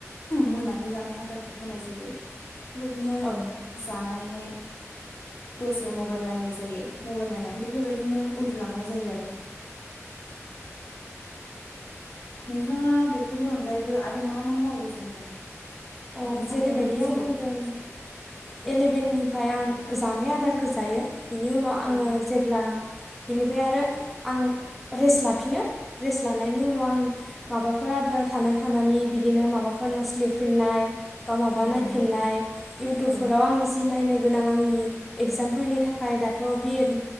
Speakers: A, on the left; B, in the centre.
A: मोनानि जानाय आदारखौ होनाय जायो! बादिनो
B: औ
A: जानानैहाय दसे मबाइल नायन - जायो, मबाइल नायनानै बेफोरबायदिनो उन्दुलांनाय जायो आरो - नोंथाङा बेफोरनि अनगायैबो आरो मा - मा मावो जेनेबा?
B: अ
A: नोंनि सानफ्रोमबोनि
B: जेरैबायदि
A: जिउआव
B: आं बुंदों - एलेभेननिफ्राय आं जानाय आदारखौ जायो बेनि उनाव आङो
A: औ
B: जेब्ला - बेनिफ्राय आरो आं रेस्ट लाफिनो। रेस्ट लानायनि उनाव आं माबाफोर आदार - थानाय खामानि बिदिनो माबाफोर नस लिरफिननाय बा माबा
A: औ नंगौ
B: नायफिननाय
A: नोंथां
B: इउटुब-
A: औ
B: आं जि नायनो गोनां आंनि इगजामफोरनि थाखाय दाथ' बि एड